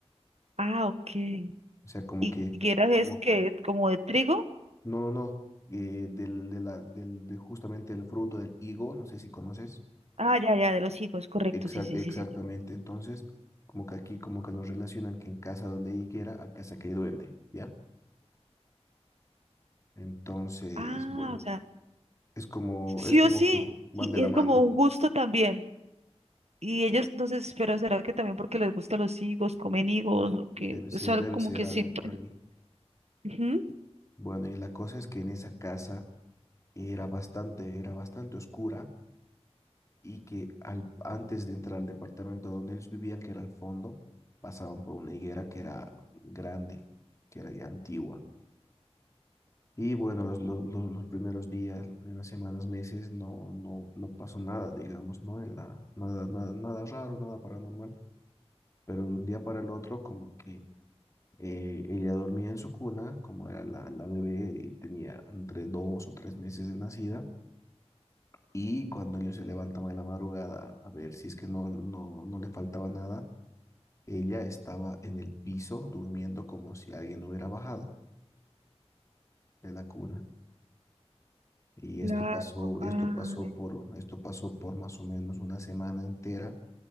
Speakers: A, on the right; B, on the left.
A: Ah, ok.
B: O sea, como
A: ¿Y
B: que,
A: quieras
B: como,
A: es que como de trigo?
B: no, no, no, eh, del, de la, del, de justamente el fruto del higo, no sé si conoces,
A: Ah, ya, ya, de los higos, correcto,
B: Exa-
A: sí, sí,
B: exactamente.
A: sí, sí.
B: Entonces, como que aquí, como que los relacionan que en casa donde hay higuera, a casa que hay duende, ¿ya? Entonces,
A: Ah,
B: bueno,
A: o sea,
B: es como,
A: sí
B: es como
A: o sí,
B: que van
A: y
B: de la
A: es
B: mano
A: como un gusto también. Y ellos, entonces, pero será que también porque les gustan los higos, comen higos, o que
B: y debe ser,
A: es algo
B: debe
A: como
B: ser
A: que
B: algo
A: siempre.
B: por ahí.
A: Ujú.
B: Bueno, y la cosa es que en esa casa era bastante, era bastante oscura y que al, antes de entrar al departamento donde ellos vivían, que era al fondo, pasaban por una higuera que era grande, que era ya antigua. Y bueno, los, los, los- los primeros días, las primeras semanas, meses, no, no, no pasó nada, digamos, ¿no? En la, nada, nada, nada raro, nada paranormal. Pero de un día para el otro, como que eh, ella dormía en su cuna, como era la, la bebé, y tenía entre dos o tres meses de nacida Y cuando ellos se levantaban en la madrugada a ver si es que no, no, no le faltaba nada, ella estaba en el piso durmiendo como si alguien lo hubiera bajado de la cuna. Y
A: Claro.
B: esto pasó, esto
A: Ah,
B: pasó por, esto pasó por más o menos una semana entera